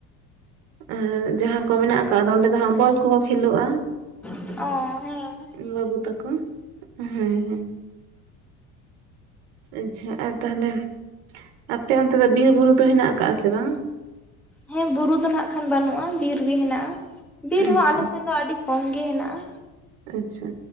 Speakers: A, on the right (about 80°); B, in the centre.
A: ᱟᱨ ᱡᱟᱦᱟᱸ ᱠᱚ ᱢᱮᱱᱟᱜ ᱟᱠᱟᱫᱼᱟ ᱚᱸᱰᱮ ᱫᱚ ᱦᱟᱸᱜ ᱵᱚᱞ ᱠᱚᱦᱚᱸ ᱠᱷᱮᱞᱚᱜᱼᱟ ᱾
B: ᱚ ᱦᱮᱸ
A: ᱤᱧ ᱵᱟᱹᱵᱩ ᱛᱟᱠᱚ, ᱦᱮᱸ ᱦᱮᱸ ᱾ ᱟᱪᱪᱷᱟ ᱟᱨ ᱛᱟᱦᱚᱞᱮ, ᱟᱯᱮ ᱚᱱᱛᱮ ᱫᱚ ᱵᱤᱨ ᱵᱩᱨᱩ ᱫᱚ ᱦᱮᱱᱟᱜ ᱟᱠᱟᱜᱼᱟ ᱥᱮ ᱵᱟᱝ?
B: ᱦᱮᱸ ᱵᱩᱨᱩ ᱫᱚ ᱱᱟᱜ ᱠᱷᱟᱱ ᱵᱟᱹᱱᱩᱜᱼᱟ ᱵᱤᱨ ᱜᱮ ᱦᱮᱱᱟᱜᱼᱟ, ᱵᱤᱨ
A: ᱟᱪᱪᱷᱟ
B: ᱦᱚᱸ ᱟᱞᱮ ᱥᱮᱱ ᱫᱚ ᱟᱹᱰᱤᱼᱼ ᱠᱚᱢ ᱜᱮ ᱦᱮᱱᱟᱜᱼᱟ ᱾
A: ᱟᱪᱪᱷᱟ